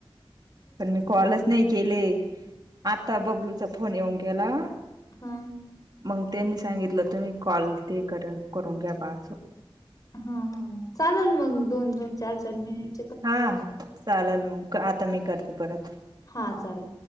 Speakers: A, on the right (about 45°); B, on the left (about 40°).
A: पण मी कॉलच नाही केले आता बबलूचा फोन येऊन गेला.
B: हा.
A: मग त्यांनी सांगितलं तुम्ही कॉल ते कर करून घ्या बाचो
B: हां हां चालेल मग दोन दोन चार चार मिनिट
A: हा चालेल मग आता मी करते परत.
B: हा चालेल.